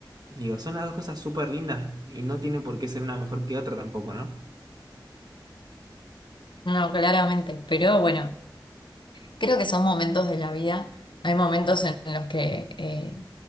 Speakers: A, on the right; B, on the left.
A: Digo, son las dos cosas súper lindas y no tiene por qué ser una mejor que otra tampoco, ¿no?
B: No, claramente, pero bueno, creo que son momentos de la vida. Hay momentos en los que eh,